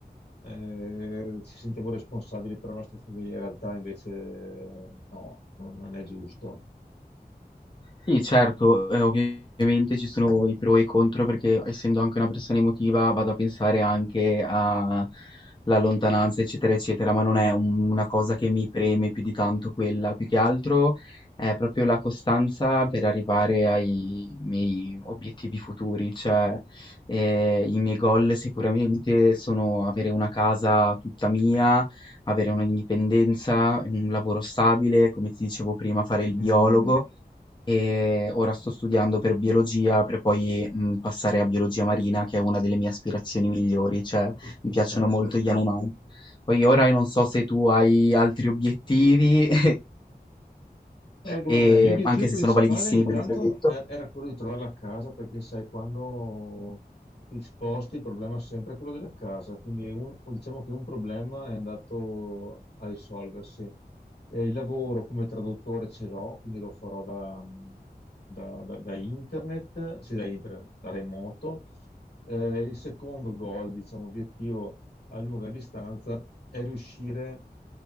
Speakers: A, on the left (about 80°); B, on the left (about 30°).
A: eh, ci sentiamo responsabili per la nostra famiglia, in realtà invece eh, no, non, non è giusto.
B: Sì, certo, eh, ovviamente ci sono i pro e i contro perché essendo anche una persona emotiva vado a pensare anche alla lontananza, eccetera, eccetera, ma non è un- una cosa che mi preme più di tanto quella, più che altro è proprio la costanza per arrivare ai miei obiettivi futuri, cioè eh, i miei goal sicuramente sono avere una casa tutta mia, avere un'indipendenza, un lavoro stabile, come ti dicevo prima, fare il biologo
A: Mm,
B: e ora sto studiando per biologia per poi mh, passare a biologia marina, che è una delle mie aspirazioni migliori, cioè
A: che spettacolo.
B: mi piacciono molto gli animali. Poi ora io non so se tu hai altri obiettivi, <laughs>
A: Eh, guarda,
B: e,
A: il mio obiettivo
B: anche
A: principale
B: se sono validissimi
A: intanto
B: quelli che hai detto.
A: er- era quello di trovare la casa, perché sai, quando ti sposti il problema è sempre quello della casa, quindi un- o diciamo che un problema è andato a risolversi. Eh, il lavoro come traduttore ce l'ho, quindi lo farò da, da- da- da internet, sì, da internet, da remoto. Eh, il secondo goal, diciamo, obiettivo a lunga distanza è riuscire